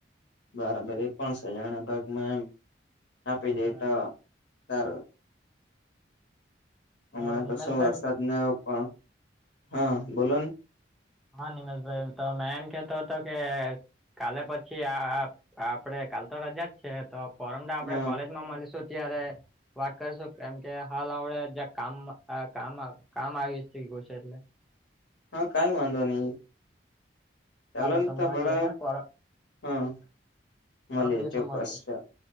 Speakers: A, on the left; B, in the centre.
A: બરાબર એક પણ સજાના ભાગમાં એમ આપી દેટા
B: બરાબર
A: સારું હમણાં
B: અ નિમેશભાઈ
A: તો શું વરસાદને પણ હા બોલો ને
B: હા નિમશભાઈ તો મે એમ કેતો હતો કે કાલે પછી આ આપડે કાલ તો રા જ છે તો ફોરમડા આપડે
A: હા
B: કોલેજમાં મળીશું ત્યારે વાત કરશો કેમ કે હાલ હડે જ્યાં કામ કામ કામ આવી ગ છે એટલે
A: હા કઈ વાંધો નહી ચાલો
B: હાલો
A: ને તો
B: મળીએ
A: પડા
B: હે પરમ
A: હમ મળીએ
B: પરમ દિવસે
A: ચોક્કસ
B: મળીએ
A: ચાલ